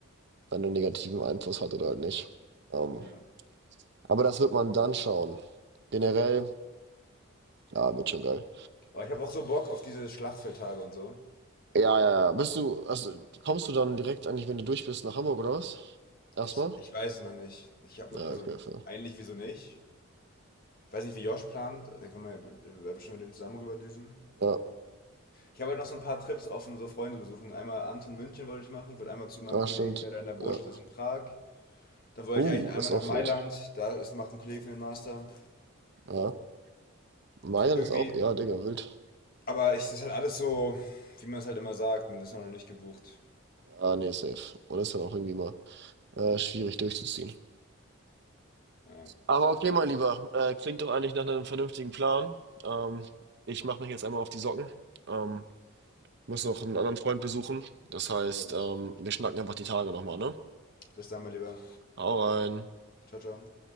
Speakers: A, on the right; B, on the left.
A: dann einen negativen Einfluss hat oder halt nicht. Ähm,
B: Ja.
A: aber das wird man dann schauen. Generell, ja, wird schon geil.
B: Aber ich habe auch so Bock auf diese Schlachtfeldtage und so.
A: Ja, ja, ja. Bist du, also kommst du dann direkt eigentlich, wenn du durch bist, nach Hamburg oder was? Erstmal?
B: Ich, ich weiß es noch nicht. Ich habe,
A: Ja,
B: also
A: okay, fair.
B: eigentlich wieso nicht? Ich weiß nicht, wie Josh plant. Dann können wir ja be- äh, bestimmt mit dem zusammen rüberdüsen.
A: Ja,
B: Ich habe halt noch so ein paar Trips offen, so Freunde besuchen. Einmal Anton München wollte ich machen. Ich wollte einmal zu meinem
A: ah,
B: Kollegen,
A: stimmt.
B: der da in der Botschaft
A: Ja.
B: ist in Prag. Dann wollte
A: Uh,
B: ich eigentlich
A: das
B: einmal
A: ist
B: nach
A: auch
B: Mailand.
A: wild.
B: Da ist, macht ein Kollege für den Master.
A: Ja. Mailand
B: Irgendwie,
A: ist auch, ja, Digga, wild.
B: aber es ist halt alles so, wie man es halt immer sagt. Und das ist halt noch nicht gebucht.
A: Ah, nee, safe. Und das ist dann auch irgendwie mal äh, schwierig durchzuziehen.
B: Ja.
A: Aber okay, mein Lieber, äh, klingt doch eigentlich nach einem vernünftigen Plan. Ähm, ich mache mich jetzt einmal auf die Socken. Ähm, muss noch einen anderen Freund besuchen. Das heißt,
B: Alright.
A: ähm, wir schnacken einfach die Tage nochmal, ne?
B: Bis dann, mein Lieber.
A: Hau rein.
B: Ciao, ciao.